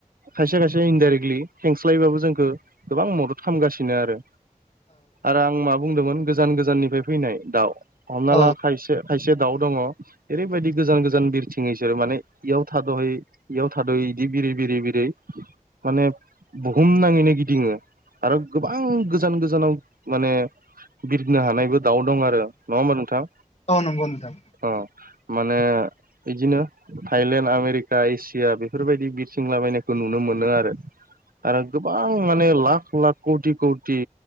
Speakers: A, on the right; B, on the left.
A: खायसे-खायसे इनडाइरेक्टलि खेंस्लायैबाबो जोंखौ गोबां मदद खालामगासिनो आरो। आरो आं मा बुंदोंमोन गोजान गोजाननिफाय फैनाय दाउ हमना
B: औ
A: ला खायसे-खायसे दाउ दङ। ओरैबायदि गोजान-गोजान बिरथिङो इसोरो माने इयाव थाद'है। इयाव थाद'यै इदि बिरै-बिरै-बिरै। माने बुहुम नाङैनो गिदिङो आरो गोबां गोज जान गोजानाव माने बिरनो हानायबो दाउ दं आरो नङा होमबा नोंथां।
B: औ नंगौ नोंथां।
A: अ माने इदिनो थाइलेण्ड आमेरिका एसिया बेफोरबायदि बिरथिंलाबायनायखौ नुनो मोनो आरो। आरो गोबां माने लाख-लाख कौटि कौ टि